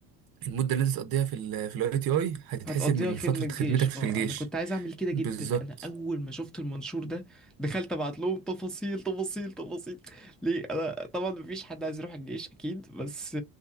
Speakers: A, on the right; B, in the centre.
A: المدة اللي انت تقضيها في ال في الاي تي اي هتتحسب
B: هتقضيها
A: من
B: خدمة
A: فترة
B: جيش
A: خدمتك في
B: اه
A: الجيش
B: انا كنت عايز اعمل كده جدا
A: بالظبط
B: انا اول ما شفت المنشور ده دخلت ابعت لهم تفاصيل تفاصيل تفاصيل ليه انا طبعا مفيش حد عايز يروح الجيش اكيد بس